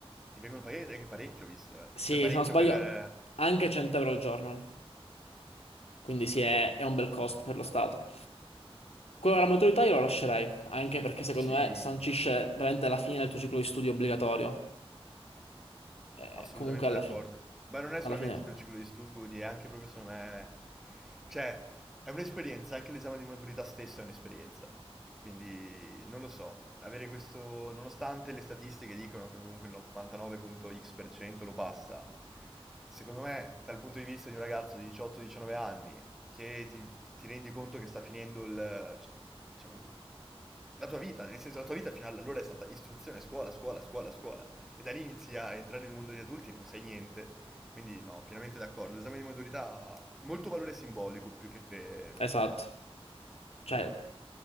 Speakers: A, in the centre; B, on the left.
A: E vengono pagati anche parecchio, ho visto, eh.
B: Sì,
A: Cioè parecchio
B: se non sbaglio,
A: per... eh,
B: anche 100 euro al giorno. Quindi sì, è, è un bel costo per lo Stato. Quello della maturità io lo lascerei, anche perché secondo
A: Sì,
B: me sancisce veramente la fine del tuo ciclo di studio obbligatorio. Eh,
A: Assolutamente
B: comunque alla
A: d'accordo.
B: fine,
A: Ma non è
B: alla
A: solamente
B: fine,
A: un ciclo di studi, è anche proprio secondo me... Cioè, è un'esperienza, anche l'esame di maturità stesso è un'esperienza. Quindi, non lo so, avere questo... Nonostante le statistiche dicono che comunque il 99.x% lo passa, secondo me, dal punto di vista di un ragazzo di 18-19 anni, che ti, ti- ti rendi conto che sta finendo il... cioè, diciamo, la tua vita, nel senso la tua vita fino ad allora è stata istruzione, scuola, scuola, scuola, scuola. E da lì inizi a entrare nel mondo degli adulti e non sai niente. Quindi no, pienamente d'accordo. L'esame di maturità ha molto valore simbolico più che ehm,
B: esatto. Cioè,